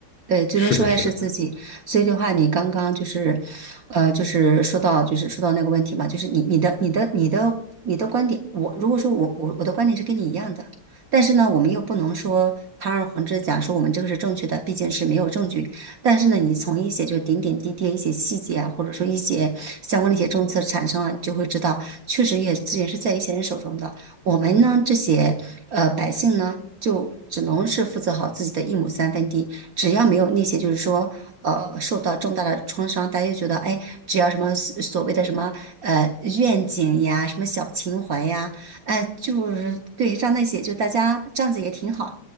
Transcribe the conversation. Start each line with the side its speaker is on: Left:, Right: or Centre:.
Right: 对，最终受害是自己。
Left: 是的，是的，
Right: 所以的话，你刚刚就是，呃，就是说到，就是说到那个问题嘛，就是你你的你的你的你的观点，我如果说我我我的观点是跟你一样的，但是呢，我们又不能说堂而皇之讲说我们这个是正确的，毕竟是没有证据。但是呢，你从一些就点点滴滴的一些细节啊，或者说一些相关的一些政策产生了，你就会知道，确实也资源是在一些人手中的。我们呢，这些呃百姓呢。就只能是负责好自己的一亩三分地。只要没有那些，就是说，呃，受到重大的创伤，大家就觉得，哎，只要什么所所谓的什么呃愿景呀，什么小情怀呀，哎，就是对，让那些就大家这样子也挺好，